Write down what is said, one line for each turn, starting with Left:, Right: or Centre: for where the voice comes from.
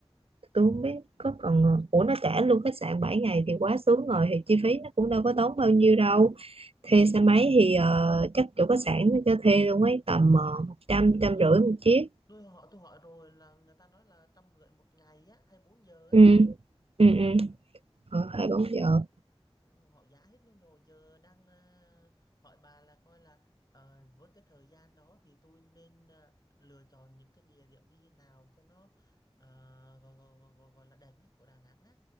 Right: tôi không biết có còn ờ, ủa nó trả luôn khách sạn 7 ngày thì quá sướng rồi thì chi phí nó cũng đâu có tốn bao nhiêu đâu thuê xe máy thì ờ, chắc chỗ khách sạn nó cho thuê luôn ấy tầm ờ,
Left: tôi
Right: một trăm trăm
Left: tôi
Right: rưỡi một chiếc
Left: tôi hỏi tôi hỏi rồi là người ta nói là trăm rưỡi một ngày á hay bốn giờ á
Right: ừ ừ ừ
Left: ừ
Right: Ờ, hai bốn giờ
Left: Ừ, họ giá hết luôn rồi giờ đang ờ, hỏi bà là coi là ờ, với cái thời gian đó thì tôi nên ờ, lựa chọn những cái địa điểm đi nào cho nó ờ, gọi, gọi, gọi, gọi, gọi là đẹp nhất của Đà Nẵng á